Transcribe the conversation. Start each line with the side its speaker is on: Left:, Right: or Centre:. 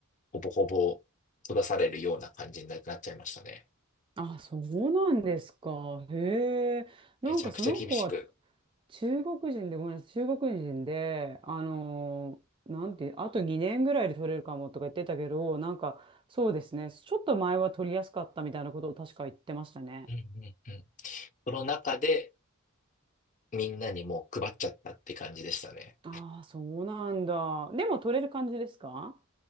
Left: ほぼほぼ閉ざされるような感じになっちゃいましたね。
Right: あ、そうなんですか。へえ。なんかその子は
Left: めちゃくちゃ厳しく。
Right: 中国人で、ごめんなさい、中国人で、あのーなんていう、あと2年ぐらいで取れるかもとか言ってたけど、なんかそうですね、ちょっと前は取りやすかったみたいなことを確か言ってましたね。
Left: うんうんうん。その中でみんなにもう配っちゃったって感じでしたね。
Right: ああ、そうなんだ。でも取れる感じですか